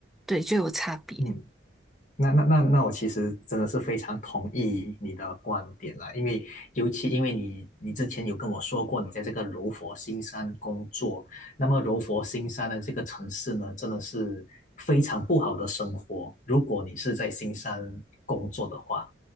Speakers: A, in the centre; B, on the left.
A: 对，就有差别。
B: 嗯。那那那那我其实真的是非常同意你的观点啦，因为尤其因为你你之前有跟我说过你在这个柔佛新山工作，那么柔佛新山的这个城市呢，真的是非常不好的生活，如果你是在新山工作的话。